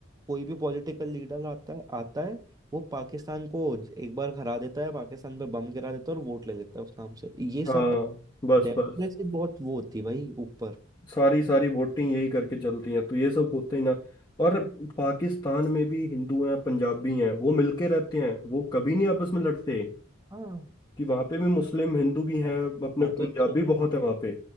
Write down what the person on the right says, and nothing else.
कोई भी पॉलिटिकल लीडर आता है आता है वो पाकिस्तान को एक बार हरा देता है पाकिस्तान पे बम गिरा देता है और वोट ले लेता है उस नाम से ये सब
डेप्थ
में से बहुत वो होती है भाई ऊपर
हाँ
भाई,
मैं तो
ये सोच
रहा हूँ